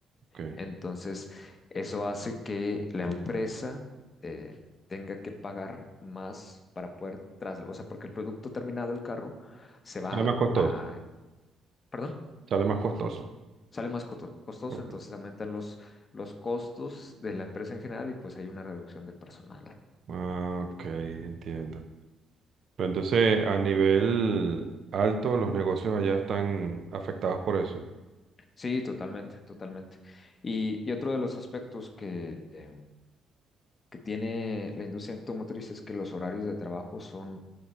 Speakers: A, on the right; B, on the left.
A: ok.
B: Entonces, eso hace que la empresa eh, tenga que pagar más para poder trasladar, o sea, porque el producto terminado del carro se va
A: Sale más costoso,
B: a, perdón,
A: sale más costoso.
B: sale más coto- costoso,
A: Ok.
B: entonces aumentan los, los costos de la empresa en general y pues hay una reducción de personal.
A: Ah, ok, entiendo. Pero entonces, a nivel alto, los negocios allá están afectados por eso.
B: Sí, totalmente, totalmente. Y, y otro de los aspectos que, eh, que tiene la industria automotriz es que los horarios de trabajo son